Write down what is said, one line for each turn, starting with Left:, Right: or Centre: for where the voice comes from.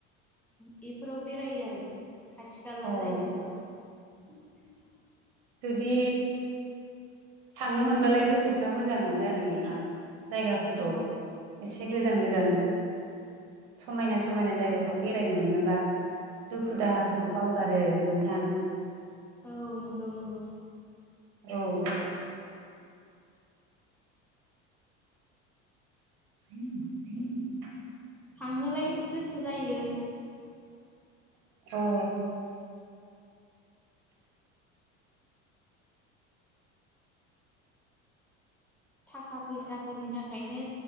Centre: बेफोराव बेरायो आरो खाथि खाला
Right: अ
Centre: जायगाफोराव <unintelligible>
Right: जुदि थांनो मोनबालाय गोसोफ्रा मोजां मोनो आरो नोंथां जायगाफोरखौ
Centre: औ
Right: एसे
Centre: औ
Right: गोजान गोजान समायना समायना जायगा बेरायनो मोनोबा दुखु दाहाफोरखौ बावगारो नोंथां
Centre: औ नंगौ नंगौ
Right: औ। <unintelligible>
Centre: थांनोलाय गोसो जायो
Right: औ
Centre: थाखा फैसाफोरनि थाखायनो